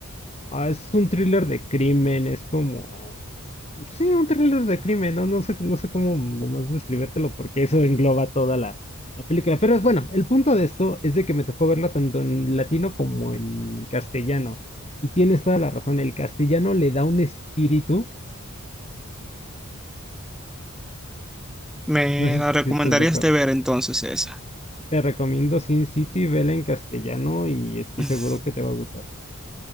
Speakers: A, on the left; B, in the centre.
A: Ah, es un thriller de crimen, es como... Sí, un thriller de crimen, ¿no? No sé, no sé cómo más describírtelo porque eso engloba toda la, la película. Pero bueno, el punto de esto es de que me tocó verla tanto en latino como en castellano. Y tienes toda la razón, el castellano le da un espíritu,
B: ¿Me
A: no sé
B: la
A: si
B: recomendarías
A: estás de acuerdo.
B: de ver entonces esa?
A: Te recomiendo Sin City, vela en castellano y estoy
B: <laughs>
A: seguro que te va a gustar.